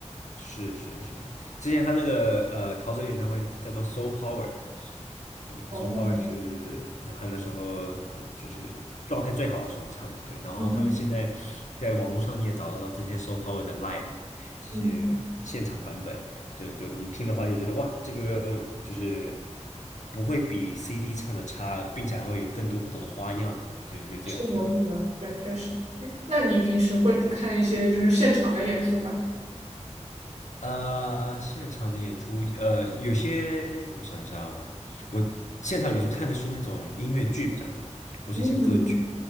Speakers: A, on the left; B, on the right.
A: 是是是，之前他那个呃陶喆演唱会叫做《Soul Power》，对
B: 哦，
A: s o Power 是在他的时候这就是状态最好的时候唱的，对。然后他们现在在网络上你也找到了这些
B: 嗯哼，
A: s o Power 的 live 这些现场版本，
B: 嗯，
A: 就就你听的话就觉得哇，这个就是不会比 CD 唱的差，并且还会有更多不同的花样，就觉得这个还挺有意思。
B: 是的，是的，对，确实。诶那你平时会去看一些就是现场的演出吗？
A: 呃，现场的演出，呃，有些我想一下哦，我现场有时候看的是那种音乐剧比较多，或是一些歌剧。
B: 嗯，